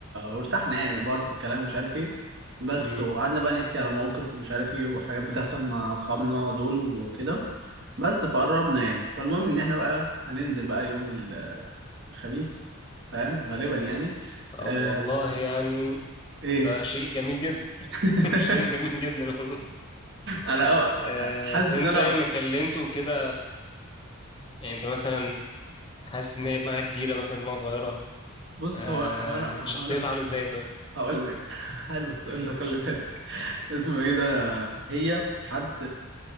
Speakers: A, on the right; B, on the left.
A: وارتحنا يعني لبعض في الكلام ومش عارف ايه بس
B: امم
A: وقعدنا بقى نحكي على مواقف ومش عارف ايه وحاجات بتحصل مع اصحابنا دول وكده بس فقربنا يعني فالمهم ان احنا بقى هننزل بقى يوم ال- الخميس فاهم غالبا يعني
B: طب
A: آه...
B: والله يعني
A: ايه
B: ده شيء جميل جدا
A: <laughs>
B: <laughs> شيء جميل جدا والله
A: انا أو-
B: آه،
A: حاسس
B: بس
A: ان
B: انتوا
A: انا
B: يعني ما اتكلمتوا كده يعني انت مثلا حاسس ان هي دماغها كبيره مثلا دماغها صغيره
A: بص
B: آه،
A: هو هو انا هو
B: شخصيتها
A: انا
B: عامله ازاي طيب
A: هقول لك <laughs> حلو السؤال
B: امم
A: ده خلي بالك <laughs> اسمه ايه ده هي حد